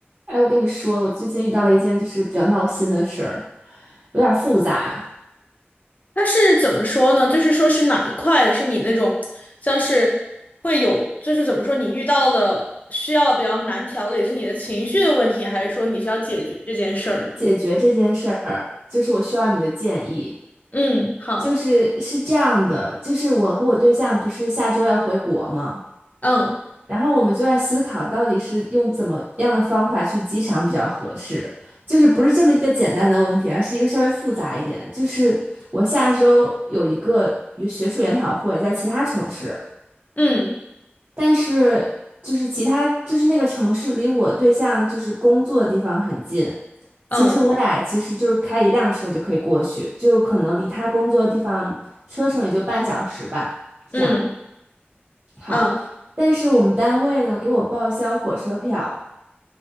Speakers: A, on the right; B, on the left.
A: 哎，我跟你说，我最近遇到了一件就是比较闹心的事儿，有点儿复杂。
B: 它是怎么说呢？就是说是哪一块是你那种像是会有，就是怎么说你遇到的需要比较难调的，也是你的情绪的问题，还是说你需要解决这件事儿呢？
A: 解决这件事儿，就是我需要你的建议。
B: 嗯，好，
A: 就是是这样的，就是我和我对象不是下周要回国吗？
B: 嗯
A: 然后我们就在思考到底是用怎么样的方法去机场比较合适。就是不是这么一个简单的问题，而是一个稍微复杂一点。就是我下周有一个学术研讨会在其他城市。
B: 嗯
A: 但是就是其他就是那个城市离我对象就是工作的地方很近，其实我俩其实就是开一辆车就可以过去，
B: 嗯
A: 就是可能离他工作的地方车程也就半小时吧，这样
B: 嗯
A: 好。
B: 嗯
A: 但是我们单位呢给我报销火车票，